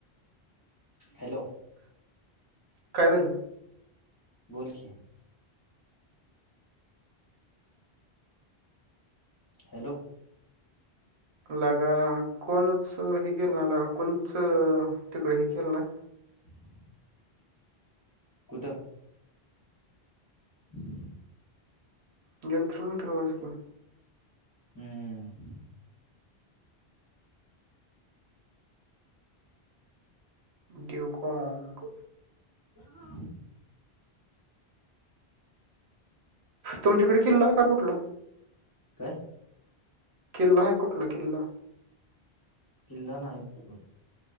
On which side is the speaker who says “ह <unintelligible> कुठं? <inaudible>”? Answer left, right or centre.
Left